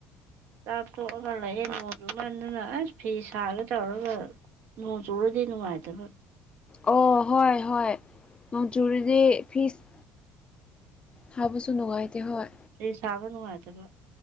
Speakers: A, on the right (about 55°); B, on the left (about 20°).
A: ꯆꯥꯊꯣꯛꯑꯒ ꯂꯩꯑꯦ ꯅꯣꯡꯗꯨ ꯉꯟꯗꯅ ꯑꯁ ꯐꯤ ꯁꯥꯔꯒ ꯇꯧꯔꯒ ꯅꯣꯡ ꯆꯨꯔꯨꯔꯗꯤ ꯅꯨꯡꯉꯥꯏꯇꯕ
B: ꯑꯣ ꯍꯣꯏ ꯍꯣꯏ ꯃꯖꯨꯗꯤ ꯐꯤꯁ ꯍꯕꯁꯨ ꯅꯨꯡꯉꯥꯏꯇꯦ ꯍꯣꯏ
A: ꯑꯩ ꯁꯥꯕ ꯅꯨꯡꯉꯥꯏꯖꯕ